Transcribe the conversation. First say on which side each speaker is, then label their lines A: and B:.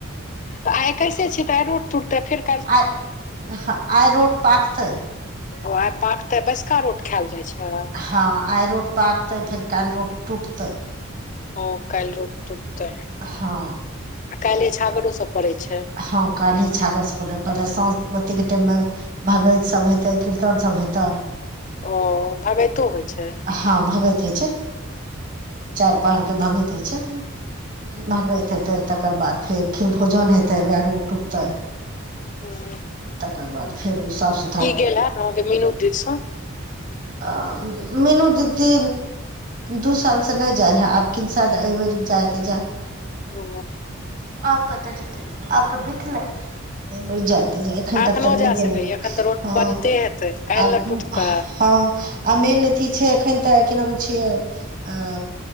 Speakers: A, on the left; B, on the right.
A: तऽ आइ एक्केसे छियै तऽ आइ रोट टूटतै फिर
B: आइ-आइ रोट पाकतै?
A: ओ आय पाकते बैसका रोट खायएल जाइ छैय।
B: हाँ आय रोट पाकतै, फेर काल्ह रोट टूटतै।
A: ओ काल्ह रोट टूटतै,
B: हँ
A: काल्हे छागरो सब पड़ै छैय।
B: हाँ काल्हे छागर सब पहिले-पहिले साँझ -बतीके टाइम में भगैत सब हेतै कीर्तन सब हेतै।
A: ओ भगैतो होइ छैय।
B: हाँ भगैत हय छैय, चार पहड़ के भगैत हय छैय। भगैत हेतय, तेकर बाद फेर खीर भोजन हेतय वैएह रोट टुटतेय।
A: हूं।
B: तकर बाद फेर ओ साफ सुथ
A: ई गेल हैत अहां के मीनू दीस सॅं।
B: अ मीनू दीदी दू साल से नहि जाय रहेै, आब किन सायद अबेरि जाय तऽ जाय।
A: ओ।
B: आब कतऽ जेतै आब तऽ बितले। अइबेर जैत। एखन
A: एखनो
B: तक तऽ नहि
A: जा
B: गेल
A: सकैए एखन तऽ रोट
B: हँ
A: बनते हेतै काल्हि
B: आ
A: ने टुटतै
B: हँ। आ मेन अथी छै, एखन तऽ की नाम छियै। अ